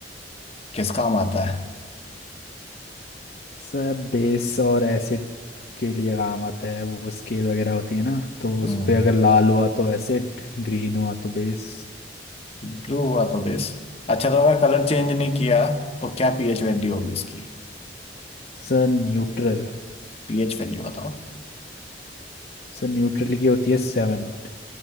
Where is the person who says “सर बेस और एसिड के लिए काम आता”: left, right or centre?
Left